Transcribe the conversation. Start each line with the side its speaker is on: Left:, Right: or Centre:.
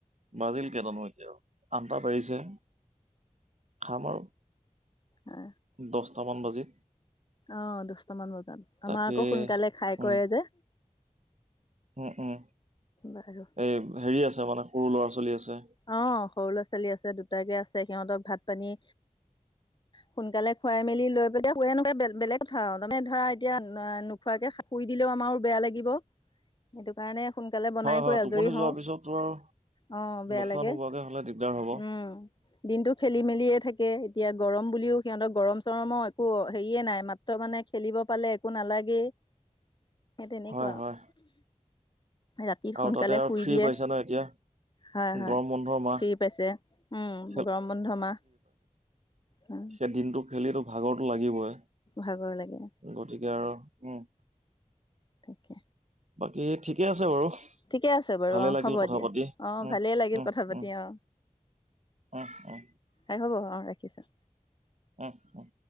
Right: বাজিল কেইটানো এতিয়া আঠটা বাজিছে হে। খাম আৰু।
Left: অঁ।
Right: দশটামান বাজিল।
Left: অঁ দশটামান বজাত,
Right: তাকে
Left: আমাৰ আকৌ সোনকালে খাই
Right: উম
Left: কৰে যে।
Right: উম উম।
Left: বাৰু।
Right: এই হেৰি আছে মানে, সৰু ল'ৰা -ছোৱালী আছে।
Left: অ' সৰু ল'ৰা ছোৱালী আছে, দুটাকে আছে সিহঁতক ভাত পানী সোনকালে খুৱাই মেলি লৈ পেলাই শুৱে নুশুৱে বেলেগ কথা আৰু, মানে ধৰা এতিয়া নোখোৱাকে শুই দিলেও আমাৰো বেয়া লাগিব। সেইটো কাৰণে সোনকালে বনাই
Right: হয় হয়
Left: কৰি
Right: টোপনি
Left: আজৰি হওঁ।
Right: যোৱাৰ পিছত তো আৰু
Left: অ' বেয়া
Right: নোখোৱা
Left: লাগে,
Right: নোবোৱাকে হলে দিগদাৰ হ'ব
Left: উম' দিনটো খেলি মেলিয়ে থাকে। এতিয়া গৰম। বুলিও সিহঁতক গৰম চৰমৰ একো হেৰিয়ে নাই, মাত্ৰ মানে খেলিব পালে একো নালাগেই। সেই তেনেকুৱা।
Right: হয় হয়
Left: ৰাতি
Right: আৰু
Left: সোনকালে
Right: তাতে আৰু
Left: শুই
Right: ফ্ৰী
Left: দিয়ে।
Right: পাইছা ন এতিয়া
Left: হয় হয়,
Right: গৰম বন্ধৰ মাহ
Left: ফ্ৰী পাইছে,
Right: খেল
Left: গৰম বন্ধ মাহ। উম'।
Right: সে দিনটো খেলি তোৰ ভাগৰতো লাগিবই।
Left: ভাগৰ লাগে।
Right: গতিকে আৰু উম'।
Left: তাকে।
Right: বাকী ঠিকে আছে বাৰু।
Left: ঠিকে আছে বাৰু
Right: ভালে
Left: অ
Right: লাগিল
Left: হ'ব
Right: কথা
Left: দিয়া
Right: পাতি,
Left: অ
Right: উম'
Left: ভালেই লাগিল
Right: উম'
Left: কথা পাতি
Right: উম'।
Left: অ
Right: অহ, অহ।
Left: এ হ'ব অ ৰাখিছোঁ।
Right: উম উম।